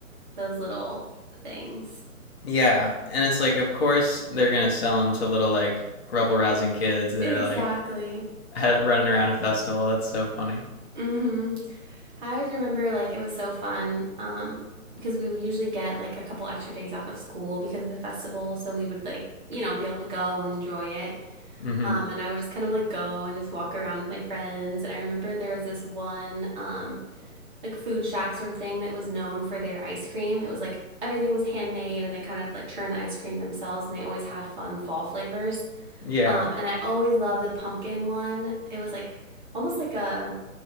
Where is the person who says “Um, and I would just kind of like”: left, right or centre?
Right